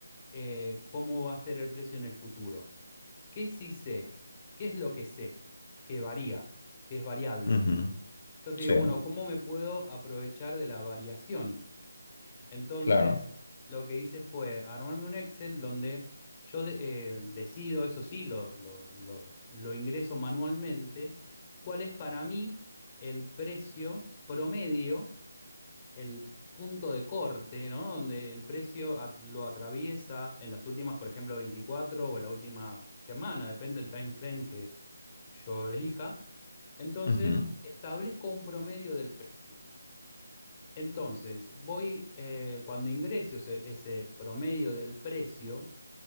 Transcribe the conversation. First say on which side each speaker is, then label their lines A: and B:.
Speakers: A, on the left (about 25°); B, on the left (about 50°).
A: eh, cómo va a ser el precio en el futuro. ¿Qué sí sé? ¿Qué es lo que sé? Que varía, que es variable.
B: ujú.
A: Entonces
B: Sí,
A: digo, bueno, ¿cómo me puedo aprovechar de la variación? Entonces,
B: claro.
A: lo que hice fue armarme un Excel donde yo de- eh, decido, eso sí, lo, lo- lo- lo ingreso manualmente, cuál es para mí el precio promedio el punto de corte, ¿no? Donde el precio at- lo atraviesa en las últimas, por ejemplo, 24 o la última semana, depende del time frame que yo elija. Entonces,
B: Ujú,
A: establezco un promedio del precio. Entonces, voy, eh, cuando ingreso ese, ese promedio del precio,